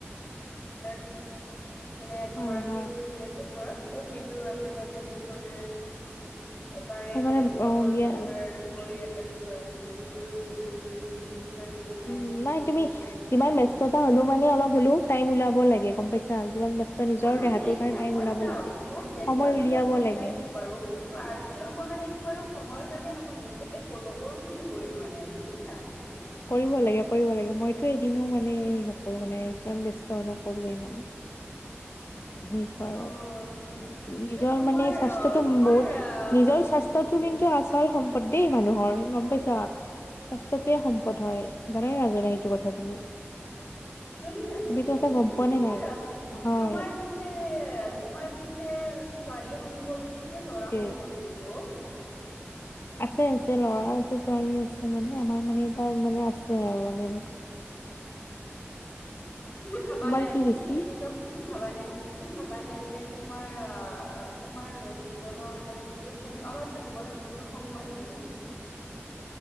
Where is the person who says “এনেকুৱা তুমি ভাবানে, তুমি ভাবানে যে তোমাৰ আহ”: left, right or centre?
Left